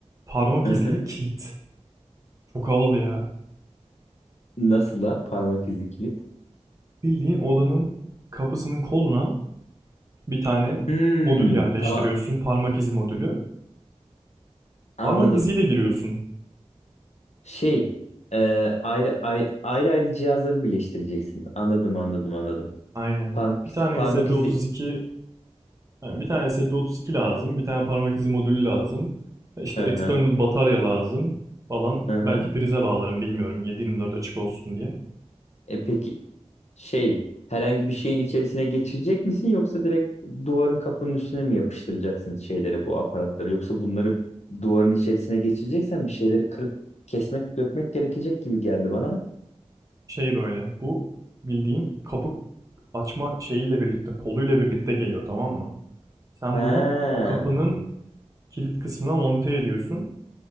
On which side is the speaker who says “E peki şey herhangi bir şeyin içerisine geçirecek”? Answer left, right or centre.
Left